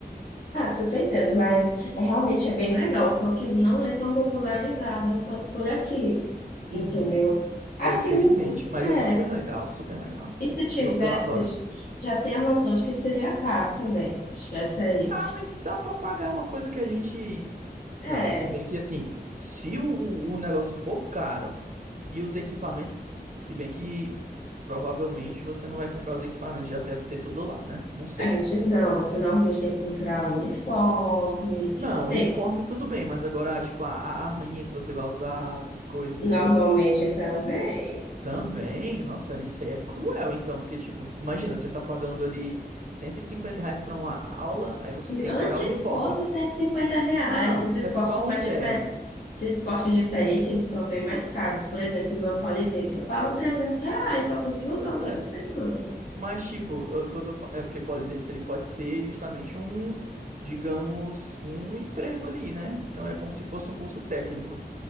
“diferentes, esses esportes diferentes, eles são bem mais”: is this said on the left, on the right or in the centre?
Left